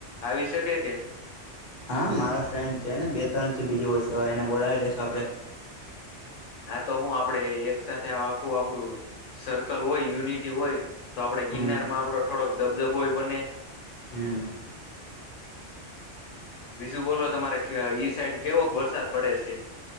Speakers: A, on the left; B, on the left.
A: આવી શકે કે
B: હા મારા ફ્રેન્ડ છે ને બે ત્રણ છે બીજું વષવા એને બોલાવી લેશું આપડે
A: હા તો હું આપડે એક સાથે આખું આપડું સર્કલ હોય યુનિટી હોય તો આપડે
B: હમ
A: ગિરનારમાં આપડો થોડોક ધબધબોય બને
B: હમ્મ.
A: બીજું બોલો તમારે ઈ સાઈડ કેવોક વરસાદ પડે છે